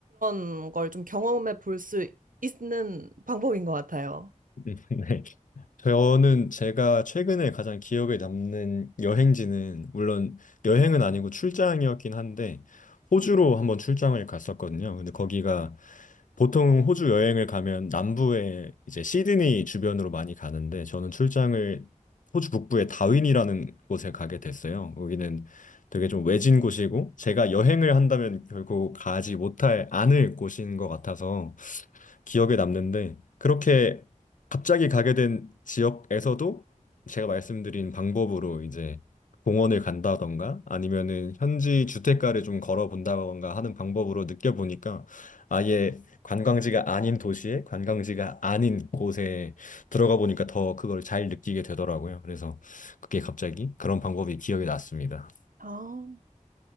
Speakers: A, on the right; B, on the left.
A: 그런 걸 좀 경험해 볼 수 있는 방법인 것 같아요.
B: <laughs> 네. 저는 제가 최근에 가장 기억에 남는 여행지는 물론 여행은 아니고 출장이었긴 한데 호주로 한번 출장을 갔었거든요. 근데 거기가 보통 호주 여행을 가면 남부에 이제 시드니 주변으로 많이 가는데 저는 출장을 호주 북부의 다윈이라는 곳에 가게 됐어요. 거기는 되게 좀 외진 곳이고 제가 여행을 한다면 결국 가지 못할 않을 곳인 것 같아서 기억에 남는데 그렇게 갑자기 가게 된 지역에서도 제가 말씀드린 방법으로 이제 공원을 간다던가 아니면은 현지 주택가를 좀 걸어본다던가 하는 방법으로 느껴보니까 아예 관광지가 아닌 도시에 관광지가 아닌 곳에 들어가 보니까 더 그걸 잘 느끼게 되더라고요. 그래서 그게 갑자기 그런 방법이 기억에 났습니다.
A: 아.